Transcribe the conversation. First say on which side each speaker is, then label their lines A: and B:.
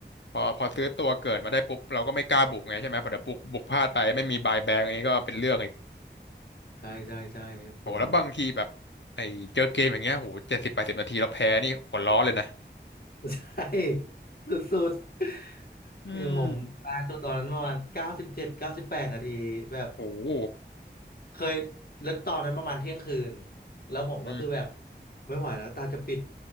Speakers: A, on the left; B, on the left.
A: พอพอซื้อตัวเกิดมาได้ปุ๊บเราก็ไม่กล้าบุกไงใช่ไหมพอเดี๋ยวบุกบุกพลาดไปไม่มีบายแบ็กนี้ก็เป็นเรื่องอีก
B: ใช่ใช่ใช่ผม
A: โหแล้วบางทีแบบไอ้เจอเกมอย่างเงี้ยโหเจ็ดสิบแปดสิบนาทีเราแพ้นี่หัวร้อนเลยนะ
B: ใช่สุดๆคือผมปาตัวตอนนั้นประมาณเก้าสิบเจ็ดเก้าสิบแปดนาทีแบบ
A: อืม โอ้โห
B: เคยแล้วตอนนั้นประมาณเที่ยงคืนแล้วผมก็คือแบบ
A: อืม
B: ไม่ไหวแล้วตาจะปิด